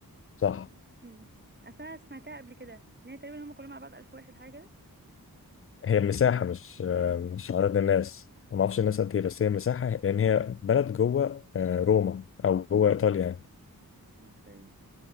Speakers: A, on the left; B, on the right.
A: صح
B: مم. أصل أنا سمعتها قبل كده إن هي تقريبا هم كلهم على بعض ألف واحد حاجة
A: هي مساحة مش آه
B: اه
A: مش عدد الناس ما أعرفش الناس قد إيه بس هي مساحة لأن هي بلد جوه آه روما أو جوه إيطاليا يعني
B: اوكي